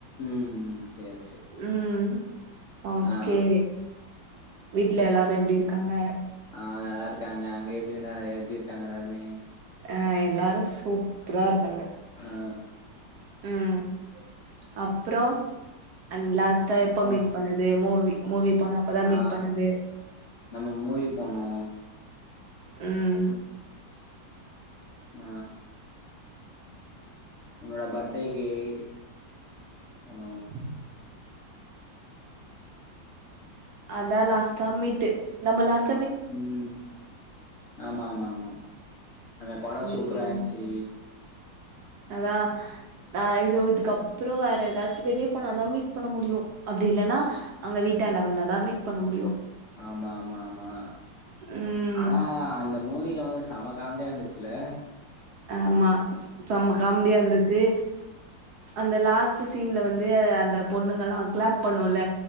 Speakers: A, on the left; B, on the right.
A: உம் செரி செரி
B: ம் ஓகே
A: ஆ
B: வீட்ல எல்லாரு எப்டி இருக்காங்க
A: ஆ நல்லா இருக்காங்க அங்க எப்டி இனா எப்டி இருக்காங்க எல்லாருமே
B: ஆ எல்லாரு சூப்பரா இருக்காங்க
A: அ ஆ
B: உம் அப்புறோ அண்ட் லாஸ்ட் தா எப்ப
A: ஆ
B: மீட் பண்ணது மூவி மூவி போனப்பதா
A: ஆ
B: மீட் பண்ணது
A: நம்ம மூவி போனோ
B: உம்
A: ஆ உன்னோட பர்த்டேக்குப் போனோ
B: உம் அதா லாஸ்ட்டா மீட்டு நம்ப லாஸ்ட்
A: உம் ஆமா ஆமா ஆமா அவே படோ
B: ம்
A: சூப்பராயீந்ச்சி
B: அதா ஆ இதோ இதுக்கப்புறோ வேற எதாச்சு வெளியே போனாதா மீட் பண்ண முடியு அப்டி இல்லனா அங்க வீட்டாண்ட வந்தாதா மீட் பண்ண முடியோ
A: ஆமா ஆமா ஆமா
B: ம்
A: ஆனா அந்த மூவியில வந்து செமக் காமடியா இருந்து ச்சில்ல
B: ஆமா செம்ம காமெடியா இருந்துச்சு அந்த லாஸ்ட் சீன்ல வந்து அந்த பொண்ணுகெல்லா கிளாப் பண்ணுல்ல